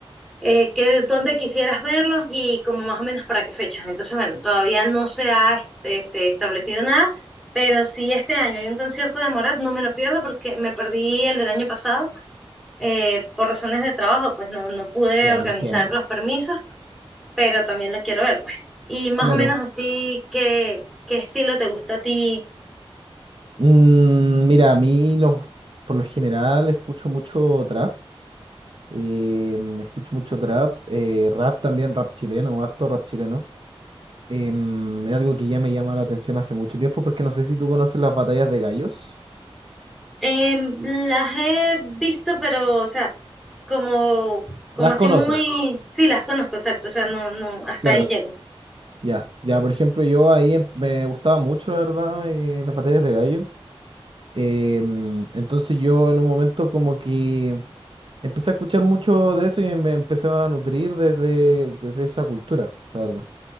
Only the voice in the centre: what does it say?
eh, que dónde quisieras verlos y como más o menos para qué fechas. Entonces, bueno, todavía no se ha este, establecido nada, pero si este año hay un concierto de Morat, no me lo pierdo porque me perdí el del año pasado eh, por razones de trabajo, pues no, no pude
organizar
los permisos, pero también la quiero ver, pues. Y más
o menos así, ¿qué, qué estilo te gusta a ti?
Em, las he visto, pero, o sea, como, como
así
muy, sí, las conozco, exacto, o sea, no, no, hasta
ahí llego.